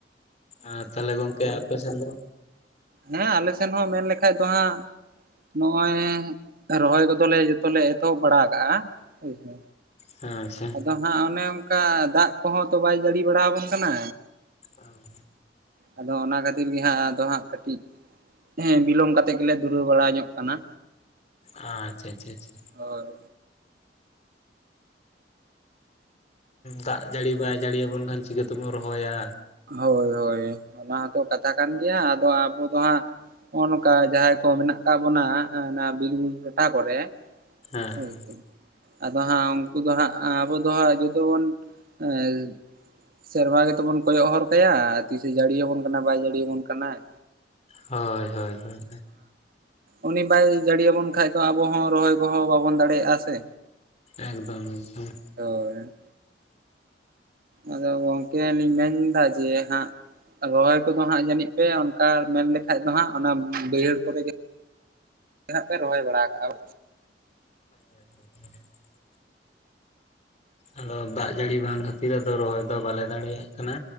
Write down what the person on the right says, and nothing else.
ᱦᱮᱸ ᱟᱞᱮ ᱥᱮᱱ ᱦᱚᱸ ᱢᱮᱱ ᱞᱮᱠᱷᱟᱡ ᱫᱚ ᱦᱟᱸᱜ ᱱᱚᱜᱼᱚᱭ ᱨᱚᱦᱚᱭ ᱠᱚᱫᱚ ᱞᱮ ᱡᱚᱛᱚ ᱞᱮ ᱮᱛᱚᱦᱚᱵ ᱵᱟᱲᱟ ᱟᱠᱟᱟᱜᱼᱟ ᱦᱚᱭ ᱥᱮ,
ᱟᱫᱚ ᱦᱟᱸᱜ ᱚᱱᱮ ᱚᱱᱠᱟ ᱫᱟᱜ ᱠᱚᱦᱚᱸ ᱛᱚ ᱵᱟᱭ ᱡᱟᱹᱲᱤ ᱵᱟᱲᱟ ᱟᱵᱚᱱ ᱠᱟᱱᱟ᱾
ᱟᱫᱚ ᱚᱱᱟ ᱠᱷᱟᱹᱛᱤᱨ ᱜᱮ ᱦᱟᱸᱜ ᱟᱫᱚ ᱦᱟᱸᱜ ᱠᱟᱹᱴᱤᱡ, ᱦᱮᱸ ᱵᱤᱞᱚᱢ ᱠᱟᱛᱮᱜ ᱜᱮᱞᱮ ᱫᱷᱩᱨᱟᱹᱣ ᱵᱟᱲᱟ ᱧᱚᱜ ᱠᱟᱱᱟ᱾
ᱦᱳᱭ᱾
ᱦᱳᱭ ᱦᱳᱭ ᱚᱱᱟ ᱦᱚᱸᱛᱚ ᱠᱟᱛᱷᱟ ᱠᱟᱱ ᱜᱮᱭᱟ ᱟᱫᱚ ᱟᱵᱚ ᱫᱚ ᱦᱟᱸᱜ, ᱱᱚᱜ ᱱᱚᱝᱠᱟ ᱡᱟᱦᱟᱸᱭ ᱠᱚ ᱢᱮᱱᱟᱜ ᱟᱠᱟᱜ ᱵᱚᱱᱟ ᱚᱱᱟ ᱵᱤᱨ ᱵᱩᱨᱩ ᱴᱚᱴᱷᱟ ᱠᱚᱨᱮ
ᱦᱳᱭ ᱛᱚ᱾ ᱟᱫᱚ ᱦᱟᱸᱜ ᱩᱱᱠᱩ ᱫᱚ ᱦᱟᱸᱜ ᱟᱵᱚ ᱫᱚ ᱦᱟᱸᱜ ᱡᱚᱛᱚ ᱵᱚᱱ ᱮᱸ ᱥᱮᱨᱢᱟ ᱜᱮᱛᱚᱵᱚᱱ ᱠᱚᱭᱚᱜ ᱦᱚᱨ ᱠᱟᱭᱟ ᱛᱤᱥᱼᱮ ᱡᱟᱹᱲᱤ ᱟᱵᱚᱱ ᱠᱟᱱᱟ ᱵᱟᱭ ᱡᱟᱹᱲᱤᱭᱟᱵᱚᱱ ᱠᱟᱱᱟᱭ᱾
ᱩᱱᱤ ᱵᱟᱭ ᱡᱟᱹᱲ ᱟᱵᱚᱱ ᱠᱷᱟᱱᱡ ᱫᱚ ᱟᱵᱚᱦ ᱦᱚᱸ ᱨᱚᱦᱚᱭ ᱠᱚᱦᱚᱸ ᱵᱟᱵᱚᱱ ᱫᱟᱲᱮᱭᱟᱜᱼᱟ ᱥᱮ
ᱦᱳᱭ᱾ ᱟᱫᱚ ᱜᱚᱝᱠᱮ ᱞᱤᱧ ᱢᱮᱱᱫᱟ ᱡᱮ ᱦᱟᱸᱜ ᱨᱚᱦᱚᱭ ᱠᱚᱫᱚ ᱦᱟᱸᱜ ᱡᱟᱹᱱᱤᱡ ᱯᱮ ᱚᱱᱠᱟ ᱢᱮᱱ ᱞᱮᱠᱷᱟᱡ ᱫᱚ ᱦᱟᱸᱜ ᱚᱱᱟ ᱵᱟᱹᱭᱦᱟᱹᱲ ᱠᱚᱨᱮ ᱜᱮ ᱱᱟᱜ ᱯᱮ ᱨᱚᱦᱚᱭ ᱵᱟᱲᱟ ᱟᱠᱟᱜᱼᱟ